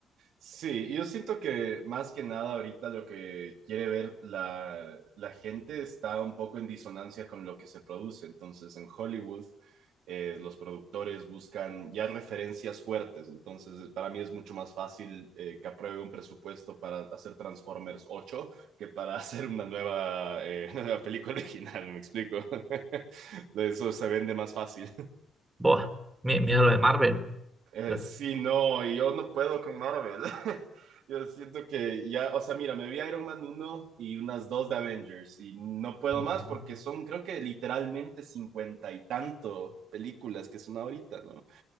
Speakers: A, on the right; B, on the right.
A: Sí, yo siento que más que nada ahorita lo que quiere ver la, la gente está un poco en disonancia con lo que se produce. Entonces, en Hollywood, eh, los productores buscan ya referencias fuertes. Entonces, para mí es mucho más fácil eh, que apruebe un presupuesto para hacer Transformers ocho que para <laughs> hacer una nueva, eh, <laughs> una nueva película original, ¿me explico? <laughs> Eso se vende más fácil.
B: Buah, mi- mira lo de Marvel.
A: Eh,
B: pero-
A: sí, no, y yo no puedo con Marvel. <laughs> Yo siento que ya, o sea, mira, me vi Iron Man uno y unas dos de Avengers y no puedo
B: Ujú.
A: más porque son, creo que literalmente cincuenta y tanto películas que son ahorita, ¿no?